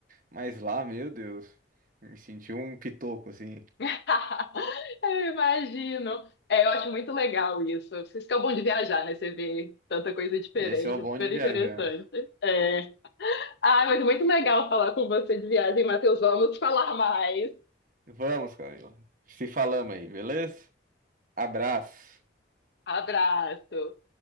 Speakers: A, on the right (about 45°); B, on the left (about 60°).
A: Mas lá, meu Deus, me senti um pitoco, assim.
B: <laughs> Eu imagino. É, eu acho muito legal isso. Vocês ficam bom de viajar, né? Você vê tanta coisa diferente,
A: Esse é o
B: é
A: bom
B: super
A: de
B: interessante.
A: viajar.
B: É. Ah, mas muito legal falar com você de viagem, Matheus. Vamos falar mais.
A: Vamos, Camila. Se falamos aí, beleza? Abraço.
B: Abraço.